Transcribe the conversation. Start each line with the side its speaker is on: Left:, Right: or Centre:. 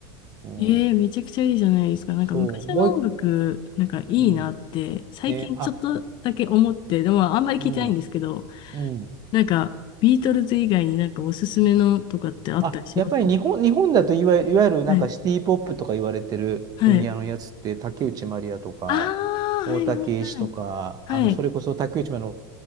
Right: うん。
Left: ええめちゃくちゃいいじゃないですか。なんか昔の音楽、
Right: そう。もう一、
Left: なんかいいなって、
Right: うん。
Left: 最近ちょっとだけ思って、
Right: ね、あ、
Left: でもあんまり聞いてないんですけど、
Right: うん、うん。
Left: なんか、ビートルズ以外になんかおすすめのとかってあったりします
Right: あ、やっぱり日本、日本だといわゆる、いわゆるなんかシティポップとか言われてる分野のやつって、
Left: はい。はい。
Right: 竹内まりやとか、
Left: ああ、
Right: 大竹栄一とか、
Left: はいはいはい。
Right: あの、
Left: はい、
Right: それこそ竹内まりやの